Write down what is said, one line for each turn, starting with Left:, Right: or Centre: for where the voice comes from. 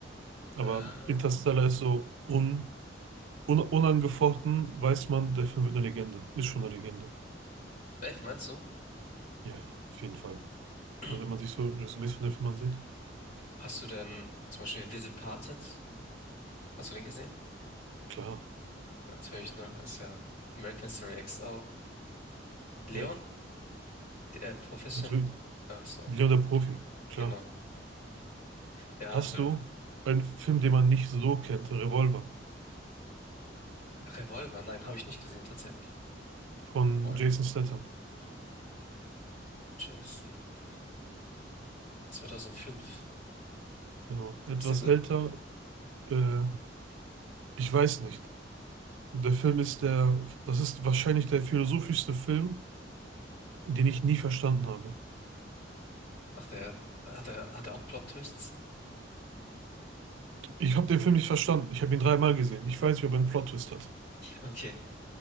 Right: Aber
Left: Äh,
Right: Interstellar ist so un, un, unangefochten, weiß man, der Film wird eine Legende. Ist schon eine Legende.
Left: welch meinst du?
Right: Ja, ja, auf jeden Fall.
Left: <clears throat>
Right: Also wenn man sich so Resümees von den Filmen ansieht,
Left: Hast du denn zum Beispiel The Departed? Hast du den gesehen?
Right: klar.
Left: Natürlich, ne? Ist ja American Story X auch. Leon,
Right: Ja,
Left: der äh, Profession.
Right: natürlich.
Left: Ach so,
Right: Leon der Profi, klar.
Left: genau. Ja,
Right: Hast
Left: äh,
Right: du einen Film, den man nicht so kennt? Revolver
Left: Revolver, nein, habe ich nicht gesehen tatsächlich.
Right: von
Left: Revolver,
Right: Jason Statham.
Left: Jason. 2005.
Right: Genau. Etwas
Left: Ist der gut?
Right: älter, äh, ich weiß nicht. Der Film ist der, das ist wahrscheinlich der philosophischste Film, den ich nie verstanden habe.
Left: Ach, der hat er hat er auch Plot-Twists?
Right: Ich habe den Film nicht verstanden. Ich habe ihn dreimal gesehen. Ich weiß nicht, ob er einen Plot-Twist hat.
Left: Okay.